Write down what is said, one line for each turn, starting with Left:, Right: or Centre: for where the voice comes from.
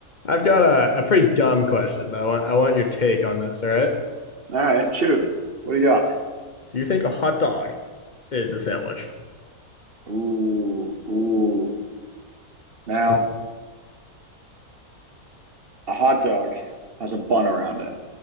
Left: I've got a, a pretty dumb question, but I want I want your take on this. All right.
Right: All right, shoot. What do you got?
Left: Do you think a hot dog is a sandwich?
Right: Ooh, ooh. Now,
Left: It
Right: a hot dog has a bun around it,